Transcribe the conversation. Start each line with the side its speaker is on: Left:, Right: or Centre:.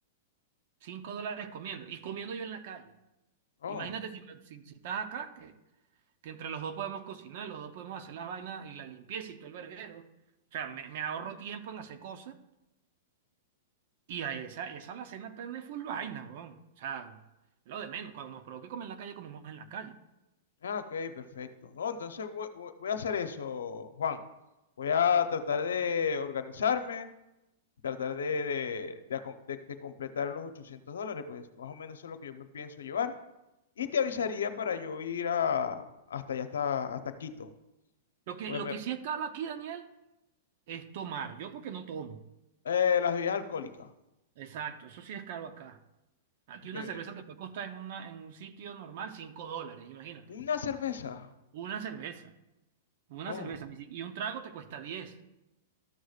Right: 5 dólares comiendo, y comiendo yo en la calle.
Left: Oh,
Right: Imagínate si, me- si, si estás acá, que, que entre los dos podemos cocinar, los dos podemos hacer las vainas y la limpieza y todo el verguero. O sea, me, me ahorro tiempo en hacer cosas y a esa, esa la cena tiene full vaina, weón. O sea, es lo de menos. Cuando nos provoque comer en la calle, comemos en la calle.
Left: ah, ok, perfecto. No, entonces voy, voy- voy a hacer eso, Juan. Voy a tratar de organizarme, tratar de, de, de acom- de- de completar los 800 dólares, pues más o menos eso es lo que yo me pienso llevar. Y te avisaría para yo ir a, hasta allá, hasta, hasta Quito.
Right: Lo que,
Left: Porque
Right: lo
Left: me-
Right: que sí es caro aquí, Daniel, es tomar. Yo porque no tomo.
Left: eh, las bebidas alcohólicas.
Right: Exacto, eso sí es caro acá. Aquí
Left: Ok,
Right: una
Left: me-
Right: cerveza te puede costar en, una, en un sitio normal 5 dólares, imagínate.
Left: Una cerveza.
Right: Una cerveza. Una
Left: Oh,
Right: cerveza. ni si- Y un trago te cuesta 10.